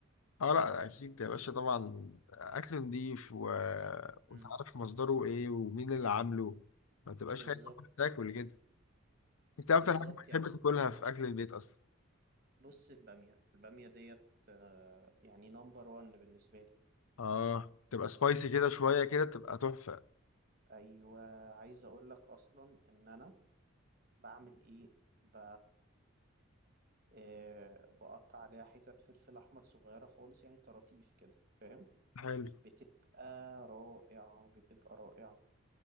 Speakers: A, on the left; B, on the right.
A: اه لا أكيد يا باشا طبعا أكل نضيف و... وأنت
B: امم
A: عارف مصدره إيه ومين اللي عامله ما تبقاش
B: بالظبط
A: خايف تاكل كده انت ايه اكتر
B: بالظبط
A: حاجه بتحب
B: يعني
A: تاكلها في اكل البيت اصلا
B: بص الباميه الباميه ديت آه، يعني نمبر وان بالنسبه لي
A: اه تبقى سبايسي كده شويه كده تبقى تحفه
B: ايوه عايز اقول لك اصلا ان انا بعمل ايه ب... آه، بقطع عليها حتت فلفل احمر صغيره خالص يعني طراطيف كده فاهم
A: حلو
B: بتبقى رائعه بتبقى رائعه